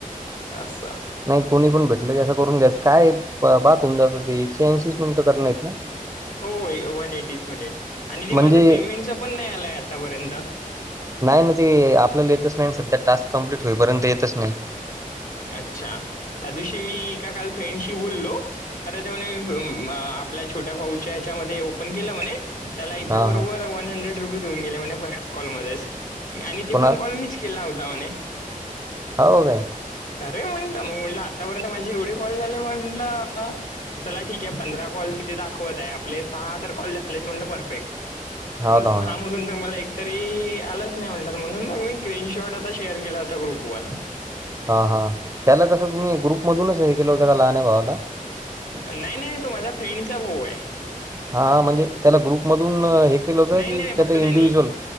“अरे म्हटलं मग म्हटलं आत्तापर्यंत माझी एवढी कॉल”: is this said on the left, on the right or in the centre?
Left